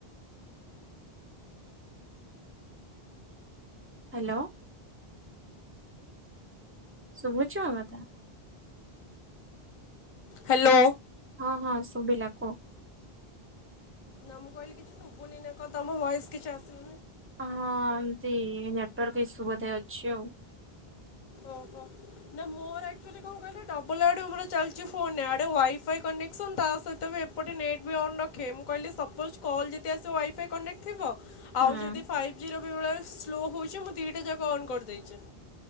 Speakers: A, on the right (about 20°); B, on the left (about 50°).
A: ହାଲୋ। ଶୁବୁଚି ମୋ କଥା?
B: ହାଲୋ।
A: ହଁ- ହଁ ଶୁଭିଲା କୁହ।
B: ହଁ- ମୁଁ କହିଲି କିଛି ଶୁଭୁନି ନା କ ତମ ଭଏସ୍ କିଛି ଆସୁନି।
A: ହଁ ଏମତି ନେଟୱାର୍କ ଇସୁ ବଧେ ଅଛି ଆଉ।
B: ଓହୋ। ନା ମୋର ଆକ୍ଚୁଆଲି କଣ କହିଲ ଡବଲ୍ ଆଡୁ ମୋର ଚାଲିଚି ଫୋନ୍ ଇଆଡେ ୱାଇଫାଇ କନେକ୍ସନ୍ ତା ସହିତ ବି ଏପ୍ ଏପଟେ ନେଟ୍ ବି ଅନ୍ ରଖେ ମୁଁ କହିଲି ସପୋଜ୍ କଲ୍ ଯଦି ଆସିବ ୱାଇଫାଇ କନେକ୍ଟ ଥିବ
A: ହୁଁ।
B: ଆଉ ଯଦି ଫାଇଭ୍ ଜିର ବେଳେବେଳେ ସ୍ଲୋ ହଉଛି ମୁଁ ଦୁଇଟା ଯାକ ଅନ୍ କରିଦେଇଛି।